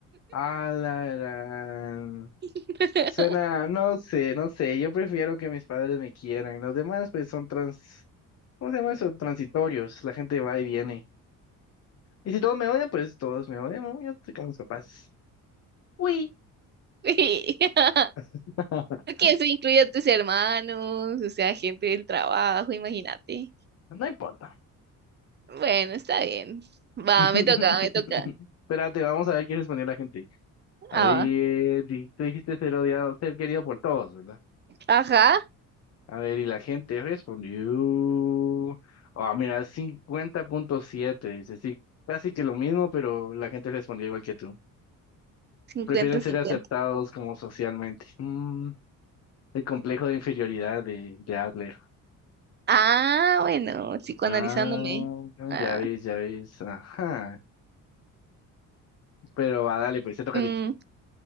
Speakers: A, on the left; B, on the right.
A: A la gran.
B: <laughs>
A: Suena, no sé, no sé. Yo prefiero que mis padres me quieran. Los demás, pues, son trans. ¿Cómo se llama eso? Transitorios. La gente va y viene. Y si todos me odian, pues todos me odian. ¿no? Yo estoy con mis papás. Uy.
B: Sí. <laughs>
A: <laughs>
B: <laughs> Porque eso incluye a tus hermanos, o sea, gente del trabajo, imagínate.
A: No importa.
B: Bueno, está bien. Va,
A: <laughs>
B: me toca, me toca.
A: Espérate, vamos a ver qué respondió la gente. A
B: Ah,
A: ver,
B: va.
A: di- tú dijiste ser odiado, ser querido por todos, ¿verdad?
B: Ajá,
A: A ver, y la gente respondió. Ah, mira, cincuenta punto siete Dice, sí, casi que lo mismo, pero la gente respondió igual que tú.
B: cincuenta
A: Prefieren ser
B: cincuenta
A: aceptados como socialmente. Mm, el complejo de inferioridad de, de Adler.
B: Ah, bueno, psicoanalizándome.
A: Ah,
B: Ah,
A: ya ves, ya ves. Ajá. Pero va, dale, pues, se toca
B: mm,
A: a ti.